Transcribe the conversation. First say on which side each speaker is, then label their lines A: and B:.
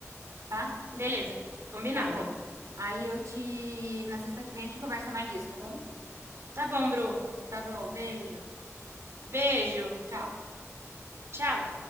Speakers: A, on the right; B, on the right.
A: tá?
B: Beleza, combinado.
A: Tá bom. Aí eu te. Na sexta que vem a gente conversa mais disso, tá bom?
B: Tá bom, Bru.
A: Tá bom, beijo.
B: Beijo.
A: Tchau.
B: Tchau.